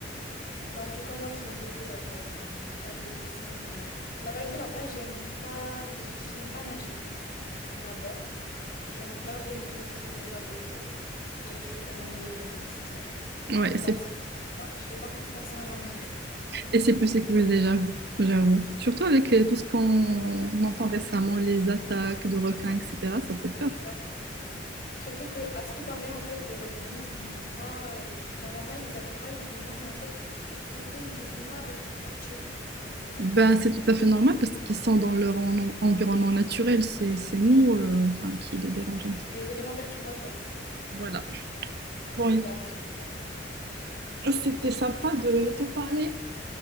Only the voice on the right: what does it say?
ouais, c'est
Et c'est plus sécurisé, j'avoue, j'avoue. Surtout avec euh, tout ce qu'on entend récemment, les attaques de requins, etc., ça
fait peur.
Ben, c'est tout à fait normal parce qu'ils sont dans leur en- environnement naturel. C'est, c'est nous, euh, enfin, qui les dérange un petit
peu. Voilà. Bon, écoute,
c'était sympa de te parler.